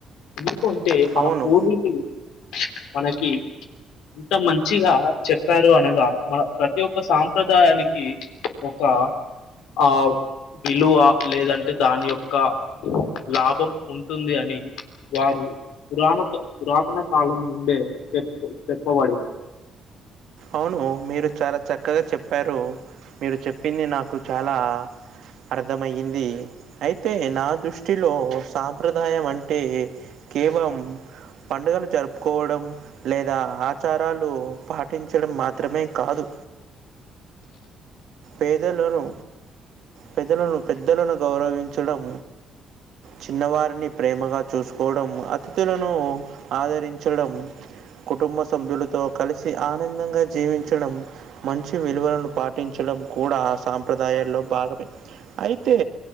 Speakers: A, on the left; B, on the right.
A: ఎందుకంటే మన
B: అవును
A: పూర్ణీకులు మనకి ఇంత మంచిగా చెప్పారు అనగా మన ప్రతి ఒక్క సాంప్రదాయానికి ఒక ఆ అవ్ విలువ లేదంటే దాని యొక్క లాభం ఉంటుంది అని వారు పురాణ పురాతన కాలం నుండే చెప్ చెప్పబడింది
B: అవును మీరు చాలా చక్కగా చెప్పారు మీరు చెప్పింది నాకు చాలా అర్థమయ్యింది అయితే నా దృష్టిలో సాంప్రదాయం అంటే కేవలం పండుగలు జరుపుకోవడం లేదా ఆచారాలు పా టించడం మాత్రమే కాదు పేదలను పెద్లను పెద్దలను గౌరవించడం చిన్నవారిని ప్రేమగా చూసుకోవడం అతిథులను ఆదరించడం కుటుంబ సభ్యులతో కలిసి ఆనందంగా జీవించడం మంచి విలువలను పాటించడం కూడా సాంప్రదాయాల్లో భాగమే అయితే